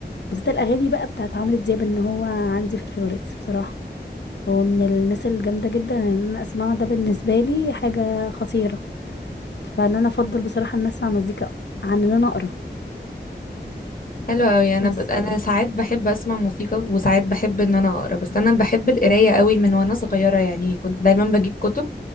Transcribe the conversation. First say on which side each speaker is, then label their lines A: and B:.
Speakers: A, on the left; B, on the left.
A: بالذات الاغاني بقى بتاعت عمرو دياب ان هو عندي في الفيفوريتس بصراحه هو من الناس الجامده جدا ان انا اسمعه ده بالنسبه لي حاجه خطيره فان انا افضل بصراحه ان اسمع مزيكا عن ان انا اقرا
B: حلو قوي انا
A: بس
B: ب... انا ساعات بحب اسمع موسيقى وساعات بحب ان انا اقرا بس انا بحب القرايه قوي من وانا صغيره يعني كنت دايما بجيب كتب